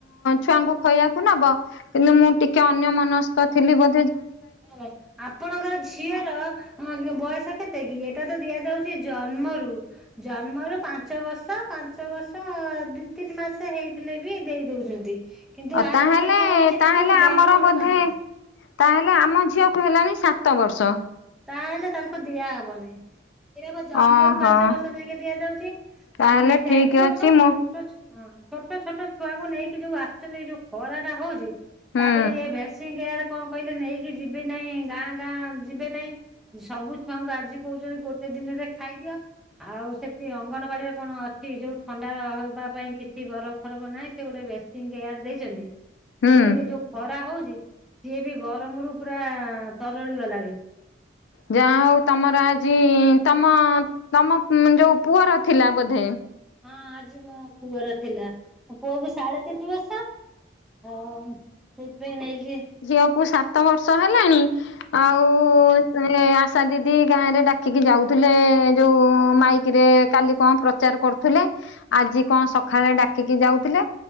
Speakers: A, on the left; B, in the centre.
A: ଛୁଆଙ୍କୁ ଖୋଇଆକୁ ନବ କିନ୍ତୁ ମୁଁ ଟିକେ ଅନ୍ୟ ମନସ୍କ ଥିଲି ବ
B: ନାଇ ନାଇ ଆପଣଙ୍କର ଝିଅର ହଁ ବୟସ କେତେ କି? ଏଟା ତ ଦିଆଯାଉଛି ଜନ୍ମରୁ, ଜନ୍ମରୁ ପାଞ୍ଚ ବର୍ଷ ପା ପାଞ୍ଚ ବର୍ଷ ଦି ତିନି ମାସ ହେଇଥିଲେ ବି ଦେଇ ଦଉଛନ୍ତି। କିନ୍ତୁ
A: ଅ
B: ଆର
A: ତାହେଲେ
B: ନିୟମ ହଉଛି
A: ତାହେଲେ
B: କିନ୍ତୁ ଜନ୍ମରୁ
A: ଆମର ବୋଧେ
B: ପାଞ୍ଚ ବର୍ଷ
A: ତାହେ ଆମ ଝିଅକୁ ହେଲାଣି ସାତ ବର୍ଷ
B: ତାହେଲେ ତାଙ୍କୁ ଦିଆ ହବ ନାହି। ଏଟା ବା ଜନ୍ମରୁ
A: ଓହୋ
B: ପାଞ୍ଚ ବର୍ଷ ଯାଇକେ ଦିଆଯାଉଛି,
A: ତାହେଲେ
B: ଆମେ ଏଇ ଯାଇଥିଲୁ
A: ଠିକ ଅଛି
B: ସବୁ
A: ମୁଁ
B: ଛୋଟ ଛୁ ହଁ, ଛୋଟ ଛୋଟ ଛୁଆଙ୍କୁ ନେଇକି ଯୋଉ ଆସିଛନ୍ତି ଏଇ ଯୋଉ ଖରାଟା ହଉଛି,
A: ହୁଁ
B: ତା'ପରେ ଏ ଭେଶୀଙ୍ଗ କେୟାର କ'ଣ କହିଲେ ନେଇକି ଯିବି ନାଇ ଗାଁ ଗାଁ ଯିବେ ନାହିଁ। ସବୁ ଛୁଆଙ୍କୁ ଆଜି କହୁଛନ୍ତି ଗୋଟେ ଦିନରେ ଖାଇଦିଅ। ଆଉ ସେଠି ଅଙ୍ଗନବାଡିରେ କଣ ଅଛି ଯୋଉ ଥଣ୍ଡା ହବା ପାଇଁ କିଛି ବରଫ ଫରଫ ନାହିଁ ସେ ଗୋଟେ ବେଶୀଙ୍ଗି କେୟାର ଦେଇଛନ୍ତି,
A: ହୁଁ।
B: ସେଇଥିରେ ଏ ଯୋଉ ଖରା ହଉଛି। ସିଏ ବି ଗରମରୁୁ ପୁରା ତରଳି ଗଲାରି।
A: ଯାହା ହଉ ତମର ଆଜି ତମ ତମ ଉମ୍ ଯୋଉ ପୁଅର ଥିଲା ବୋଧେ।
B: ହଁ ଆଜି ମୋ ପୁଅର ଥିଲା ମୋ ପୁଅକୁ ସାଢେ ତିନି ବର୍ଷ। ହଁ ସେଇଥି ପାଇଁ ନେଇକି
A: ଝିଅକୁ ସାତ ବର୍ଷ ହେଲାଣି ଆଉ ସେ ଆଶା ଦିଦି ଗାଁରେ ଡାକିକି ଯାଉଥିଲେ ଯୋଉ ମାଇକିରେ କାଲି କଣ ପ୍ରଚାର କରୁଥିଲେ। ଆଜି କଣ ସକାଳେ ଡାକିକି ଯାଉଥିଲେ